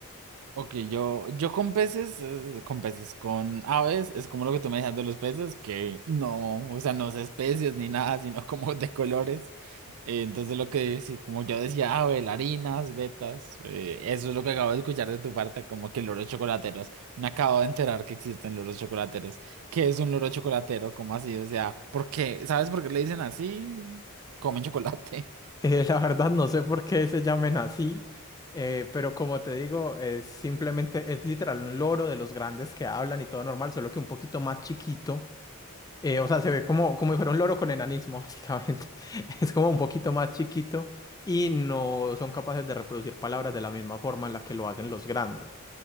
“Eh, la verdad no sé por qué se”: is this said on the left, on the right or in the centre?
Left